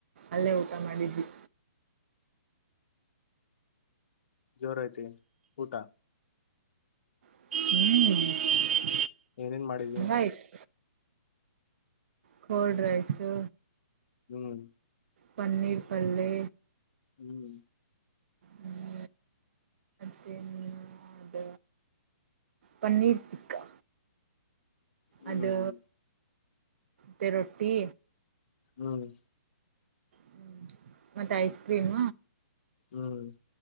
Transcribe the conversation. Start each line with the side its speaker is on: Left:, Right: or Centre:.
Right: ಅಲ್ಲೇ ಊಟ ಮಾಡಿದ್ವಿ
Left: ಜೋರಐತಿ ಊಟ
Right: ಹ್ಮ್
Left: ಏನೇನ್ ಮಾಡಿದ್ವಿ
Right: ಹಂಗಾಯ್ತು ಕೋಲ್ಡ್ ರೈಸು
Left: ಹ್ಮ್
Right: ಪನ್ನೀರ್ಪಲ್ಲೆ
Left: ಹ್ಮ್
Right: ಹ್ಮ ಮನ್ನು ಅದ ಪನ್ನೀರ್ ತಿಕ್ಕಾ
Left: ಹ್ಮ್
Right: ಅದು ತ್ತ ರೋಟ್ಟಿ
Left: ಹ್ಮ್
Right: ಹ್ಮ ಮತ್ತೆ ಐಸ್ ಕ್ರೀಮ್
Left: ಹ್ಮ್